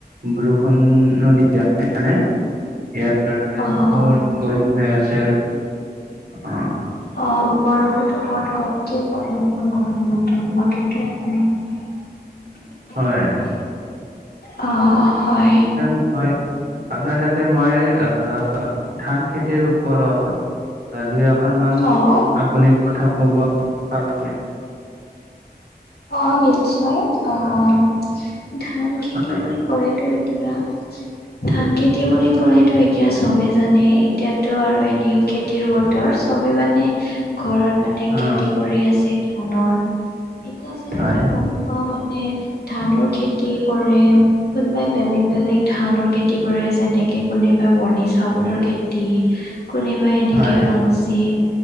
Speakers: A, on the right; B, on the left.
A: বৰষুণ নদী দিয়া নাই মানে ইয়াত। সেই কাৰণে
B: অ
A: বহুত গৰম হৈ আছে আৰু অহ।
B: অঁ গৰমটোতো বহুত গৰমকে পৰে মানুহৰ গৰমতো। কিন্তু ইয়াত অলপ
A: হয়।
B: অহ হয়ঁ।
A: হয় আপোনাৰ তাতে মই আ আ আ ধান খেতিৰ ওপৰত- দুই আশৰ মান
B: অ',
A: আপুনি কথা ক'ব পাৰনে?
B: অঁ নিশ্চয় অঁ ধান খেতি
A: হয়
B: বুলি কলেতো- এতিয়া - ধান খেতি বুলি ক'লেতো এতিয়া চবে জানেই এতিয়াতটো আৰু এনেও- খেতিৰ বতৰ, চবে মানে ঘৰত মানে
A: অ
B: খেতি কৰি আছে ধানৰ। এতিয়া যেনেকে
A: হয়
B: গম পাওঁ মানে ধানৰ খেতি কৰে কোনবাই- বেলেগ বেলেগ ধানৰ খেতি কৰে যেনেকে কোনেবা বৰ্ণি চাউলৰ খেতি। কোনোবাই এনেকে
A: হয়
B: ৰঞ্জিত,